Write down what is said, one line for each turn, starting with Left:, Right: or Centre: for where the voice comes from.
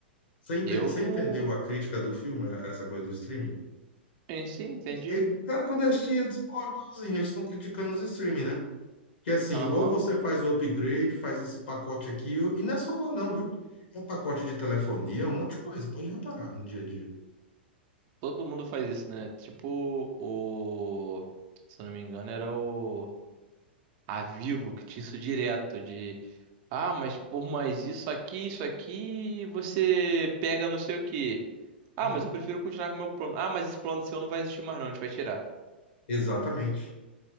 Left: Você enten-
Right: Eu
Left: você
Right: não.
Left: entendeu a crítica do filme, essa coisa do streaming?
Right: sim si, entendi.
Left: É, é, cara, quando assistia, eu disse, pô, igualzinho, eles estão criticando os streaming, né? Que assim,
Right: Aham.
Left: ou você faz o upgrade, faz esse pacote aqui, e não é só lá não, viu? É um pacote de telefonia, um monte de coisa, pode reparar no dia a dia.
Right: Todo mundo faz isso, né? Tipo o. Se eu não me engano, era o. A Vivo que tinha isso direto de. Ah, mas por mais isso aqui, isso aqui, você pega não sei o quê. Ah,
Left: Hum.
Right: mas eu prefiro continuar com o meu plano. Ah, mas esse plano seu não vai existir mais, não. A gente vai tirar.
Left: Exatamente.